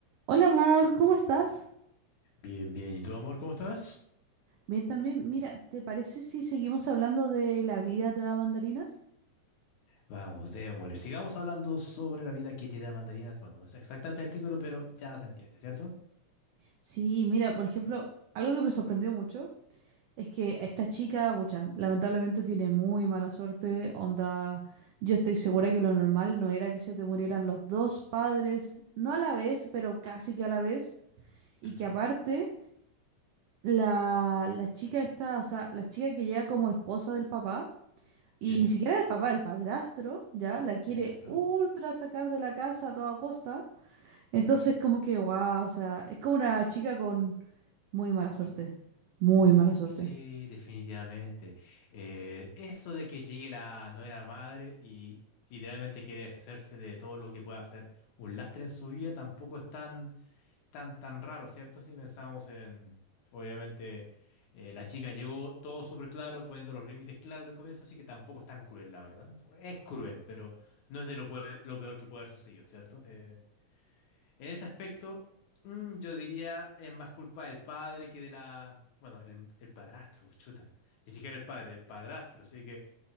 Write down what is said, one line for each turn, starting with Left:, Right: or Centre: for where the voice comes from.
Right: Hola amor, ¿cómo estás?
Left: Bien, bien. ¿Y tú, amor, cómo estás?
Right: Bien también. Mira, ¿te parece si seguimos hablando de la vida te da mandarinas?
Left: Vamos, démosle. Sigamos hablando sobre la vida que te da mandarinas. Bueno, no es exactamente el título, pero ya se entiende, ¿cierto?
Right: Sí, mira, por ejemplo, algo que me sorprendió mucho es que esta chica, pucha, lamentablemente tiene muy mala suerte, onda, yo estoy segura que lo normal no era que se te murieran los dos padres, no a la vez, pero casi que a la vez, y
Left: Ujú,
Right: que aparte la, la chica esta, o sea, la chica que llega como esposa del papá, Y
Left: Sí,
Right: ni siquiera el papá, el padrastro, ya la quiere
Left: exacto.
Right: ultra sacar de la casa a toda costa. Entonces, como que, wow, o sea, es como una chica con muy mala suerte. Muy mala suerte.
Left: Sí, definitivamente. Eh, eso de que llegue la nueva madre y literalmente quiere deshacerse de todo lo que pueda hacer un lastre en su vida, tampoco es tan, tan, tan raro, ¿cierto? Si pensamos en, obviamente, eh, la chica llegó todo súper claro, poniendo los límites claros del comienzo, así que tampoco es tan cruel, la verdad. Es cruel, pero no es de lo, pue- lo peor que puede haber sucedido, ¿cierto? Eh, en ese aspecto, mm, yo diría es más culpa del padre que de la... Bueno, el, el padrastro, chuta. Ni siquiera el padre, del padrastro. Así que